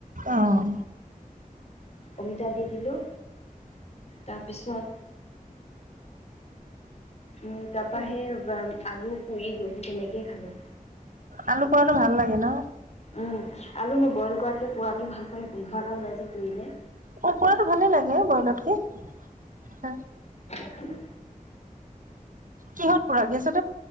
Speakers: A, on the right; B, on the left.
A: আহ
B: অমিতা দি দিলোঁ তাৰপিছত উম তাৰ পৰা সেই আলু পুৰিলো সি তেনেকেইে খালোঁ
A: আলু পোৰাটো ভাল লাগে ন
B: উম আলু মই বইল কৰাতকে পোৱাতটো ভাল প গোন্ধ এটা ওলাই যে পুৰিলে
A: পোৱাটোৱেই ভালে লাগে বইলতকে হয়
B: হ
A: তৃহত পুৰা গ আছে